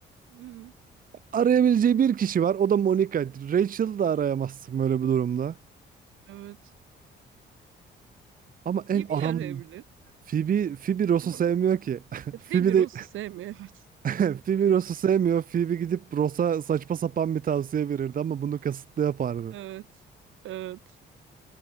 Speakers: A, on the right; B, on the right.
A: Hmm,
B: Arayabileceği bir kişi var. O da Monica. Rachel'ı da arayamazsın böyle bir durumda.
A: evet.
B: Ama
A: Phoebe
B: en aram
A: arayabilir
B: Phoebe, Phoebe Ross'u
A: ama
B: sevmiyor ki. <laughs>
A: Phoebe
B: Phoebe de
A: Ross'u sevmiyor <laughs> evet.
B: <laughs> Phoebe Ross'u sevmiyor. Phoebe gidip Ross'a saçma sapan bir tavsiye verirdi ama bunu kasıtlı yapardı.
A: Evet. Evet.